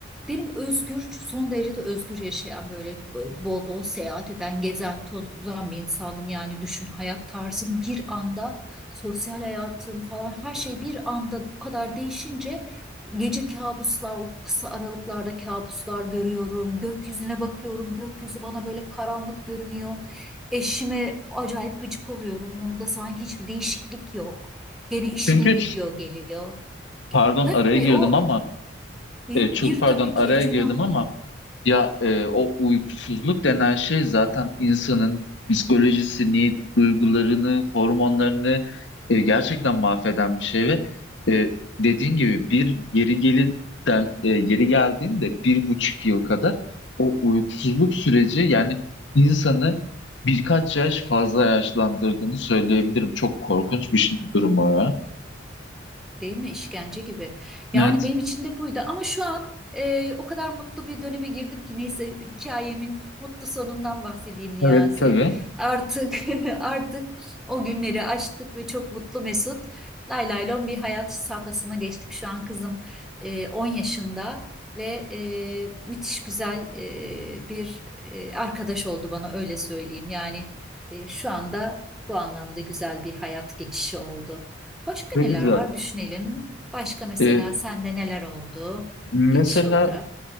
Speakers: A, in the centre; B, on the left (about 70°).
A: Benim özgür, son derece de özgür yaşayan böyle bol bol seyahat eden, gezen, tozan bir insanım. Yani düşün hayat tarzım bir anda, sosyal hayatım falan her şey bir anda bu kadar değişince gece kabuslar, o kısa aralıklarda kabuslar görüyorum. Gökyüzüne bakıyorum, gökyüzü bana böyle karanlık görünüyor. Eşime acayip gıcık oluyorum. Onda sanki hiçbir değişiklik yok. Gene işine
B: Çünkü
A: gidiyor geliyor.
B: pardon
A: Tabii
B: araya girdim
A: o
B: ama
A: bir
B: e, çok
A: gir
B: pardon
A: tabii ki
B: araya
A: hiç
B: girdim
A: önemli.
B: ama Ya e, o uykusuzluk denen şey zaten insanın psikolojisini, duygularını, hormonlarını e, gerçekten mahveden bir şey ve e, dediğin gibi bir geri gelirden e, yeri geldiğinde bir buçuk yıl kadar o uykusuzluk süreci yani insanı birkaç yaş fazla yaşlandırdığını söyleyebilirim. Çok korkunç bir şey, durum o ya.
A: Değil mi? İşkence gibi.
B: Evet.
A: Yani benim için de buydu ama şu an e, o kadar mutlu bir döneme girdim ki neyse hikayemin mutlu sonundan bahsedeyim Niyazi.
B: Evet tabii.
A: Artık <laughs> artık o günleri aştık ve çok mutlu mesut. Lay lay lon bir hayat safhasına geçtik. Şu an kızım e, 10 yaşında ve e, müthiş güzel e, bir e, arkadaş oldu bana öyle söyleyeyim. Yani e, şu anda bu anlamda güzel bir hayat geçişi oldu. Başka
B: Çok
A: neler
B: güzel.
A: var düşünelim. Başka mesela
B: E,
A: sende neler oldu
B: mesela
A: geçiş olarak?